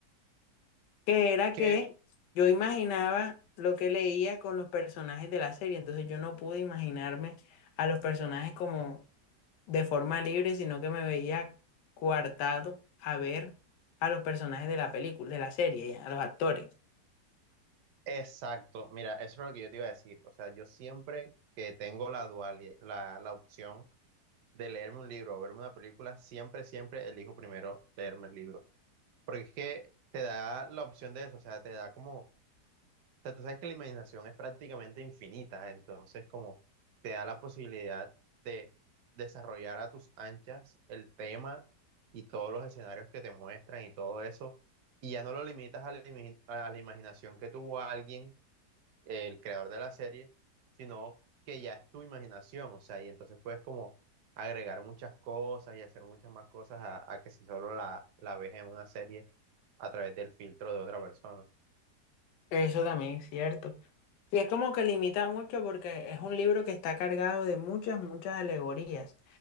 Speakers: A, on the left (about 75°); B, on the right (about 75°).
A: que era
B: Es que,
A: que yo imaginaba lo que leía con los personajes de la serie, entonces yo no pude imaginarme a los personajes como de forma libre, sino que me veía coartado a ver a los personajes de la película, de la serie, a los actores.
B: exacto, mira, eso es lo que yo te iba a decir, o sea, yo siempre que tengo la dualidad, la, la opción de leerme un libro o verme una película, siempre, siempre elijo primero leerme el libro. porque es que te da la opción de eso, o sea, te da como, o sea, tú sabes que la imaginación es prácticamente infinita, entonces como te da la posibilidad de desarrollar a tus anchas el tema y todos los escenarios que te muestran y todo eso, y ya no lo limitas a la, imi- a la imaginación que tuvo alguien el creador de la serie, sino que ya es tu imaginación, o sea, y entonces puedes como agregar muchas cosas y hacer muchas más cosas a, a que si solo la, la ves en una serie a través del filtro de otra persona.
A: Eso también es cierto. Y es como que limita mucho porque es un libro que está cargado de muchas, muchas alegorías.